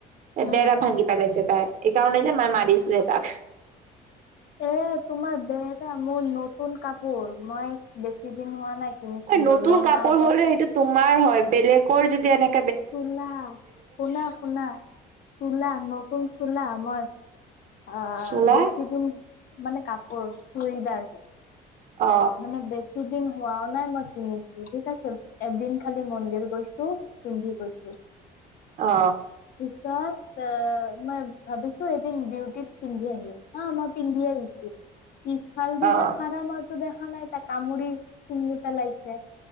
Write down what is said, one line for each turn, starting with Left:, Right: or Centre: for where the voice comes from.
Left: উম
Right: বেৰা ভাঙি পেলাইছে তাই। এই কাৰণে যে মাই মাৰিছে তাক।
Left: এ তোমাৰ বেয়া এটা মোৰ নতুন কাপোৰ মই বেছি দিন হোৱা নাই কিনিছিলো
Right: এ নতুন
Left: ৰঙা
Right: কাপোৰ
Left: এটা
Right: হ'লে সেইটো তোমাৰ হয় বেলেগৰ যদি এনে
Left: চুলা শুনা শুনা চুলা নতুন চুলা মই আ
Right: চোলা
Left: বেছি দিন মানে কাপোৰ চুৰিদাৰ
Right: অ।
Left: মানে বেছি দিন হোৱাও নাই মই কিনিছো ঠিক আছে, এদিন খালি মন্দিৰ গৈছো পিন্ধি গৈছো।
Right: অ।
Left: পিছত মই ভাবিছো এদিন ডিউটিত পিন্ধি আহিম। অ মই পিন্ধিয়ে আহিছো। পিছ ফালদি
Right: অ
Left: যে ফাৰা মইটো দেখা নাই তাক কামুৰি চিঙি পেলাইছে